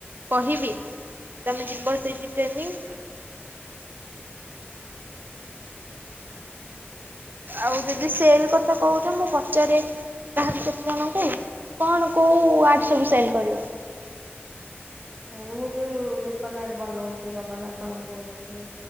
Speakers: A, on the right (about 50°); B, on the right (about 20°).
A: କହିବି। ତମେ ଯିବ ସେଇଠି ଟ୍ରେନିଂ। ଆଉ ଯଦି ସେଲ କଥା କହୁଛ ମୁଁ ପଚାରେ କାହାକୁ କେତେ ଜଣଙ୍କୁ କଣ କୋଉ ଆଟ ସବୁ ସେଲ୍ କରିବ।
B: ମୁଁ ଯୋଉ ଲିପନାଟ ବନଉଛି ଜଗନ୍ନାଥ ଙ୍କ <unintelligible>